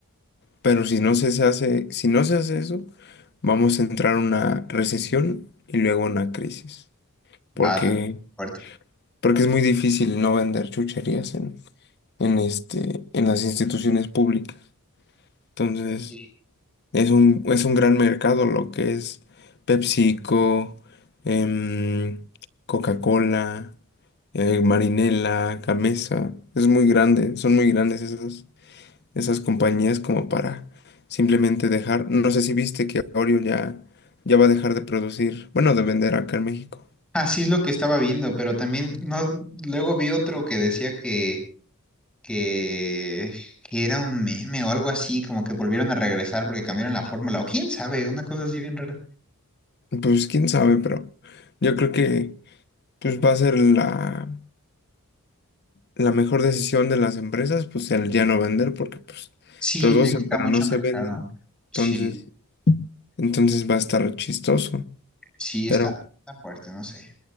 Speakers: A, on the left; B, in the centre.
A: Pero si no se hace, si no se hace eso, vamos a entrar en una recesión y luego una crisis. Porque,
B: Ah, fuerte.
A: porque es muy difícil no vender chucherías en, en este, en las instituciones públicas. Entonces,
B: Sí.
A: es un, es un gran mercado lo que es PepsiCo, em, Coca-Cola, eh, Marinela, Gamesa. Es muy grande, son muy grandes esas. esas compañías como para simplemente dejar. No sé si viste que Oreo ya, ya va a dejar de producir, bueno, de vender acá en México.
B: Así es lo que estaba viendo, pero también no, luego vi otro que decía que, que, que era un meme o algo así, como que volvieron a regresar porque cambiaron la fórmula, o quién sabe, una cosa así bien rara.
A: Pues quién sabe, pero yo creo que pues va a ser la, la mejor decisión de las empresas, pues el ya no vender, porque pues
B: Sí,
A: producen
B: le quita
A: pero
B: mucho
A: no se
B: mercado.
A: venden. Entonces,
B: Sí,
A: entonces va a estar chistoso.
B: sí,
A: Pero
B: está, está fuerte, no sé.